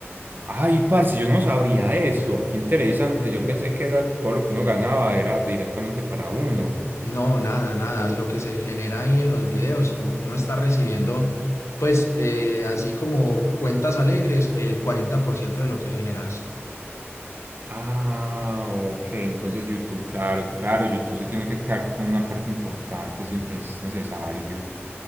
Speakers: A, on the right; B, on the left.
A: Ay, parce, yo no sabía eso. Qué interesante. Yo pensé que era todo lo que uno ganaba era directamente para uno.
B: No, nada, nada. Lo que se genera ahí en los videos, u- uno está recibiendo, pues, eh, así como cuentas alegres, el 40% de lo que generas.
A: Ah, ok. Entonces YouTube, claro, claro, YouTube se tiene que quedar con una parte importante, sí, es necesario.